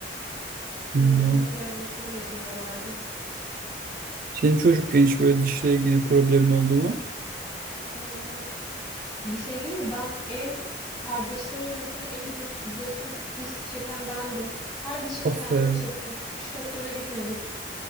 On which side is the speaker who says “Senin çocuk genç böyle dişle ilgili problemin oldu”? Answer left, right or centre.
Right